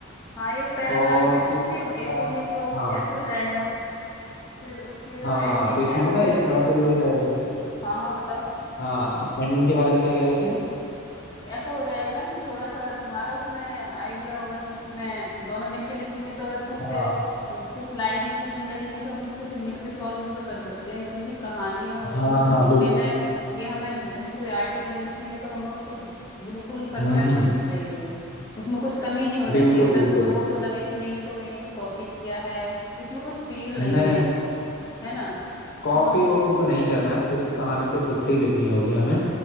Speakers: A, on the left; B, on the left.
A: हाँ एक पैराग्राफ
B: और
A: मैं
B: एक
A: लिखती हूँ
B: पैराग्राफ
A: एक तुम लिख लो
B: हाँ
A: ऐसे हो जाएगा फिर उसकी जो
B: हाँ
A: एंडिंग
B: तो इसमें
A: है उसमें
B: पता है थोड़ा सा
A: हाँ
B: ये भी रहेगा
A: हाँ हाँ बताओ
B: हाँ एंडिंग के बारे में क्या कह रहे थे
A: ऐसा हो जाएगा ना फिर थोड़ा सा तुम्हारा उसमें आइडिया होगा कि इसमें दोनों मिलके लिखेंगे तो अगर कुछ
B: हाँ
A: कुछ लाइनें ठीक नहीं लगेंगी तो हम उसको फिर मिलके सॉल्व भी तो कर सकते हैं क्योंकि कहानी और
B: हाँ
A: ये सब
B: हाँ
A: लिखने
B: बिल
A: में ये हमें जब हम कोई आर्टिकल लिखेंगे तो हमें उसको बिल्कुल परफेक्ट
B: हम्म हम्म,
A: होना चाहिए उसमें कुछ कमी नहीं होना
B: बिल्कुल
A: चाहिए ताकि
B: बिल्कुल
A: लोगों को लगे कि नहीं ये तो कहीं से कॉपी किया है इसमें कुछ फील
B: नहीं
A: नहीं है
B: नहीं
A: है ना
B: कॉपी
A: तो हम
B: वॉपी तो नहीं करना है खुद कहानी तो खुद से ही लिखनी होगी हमें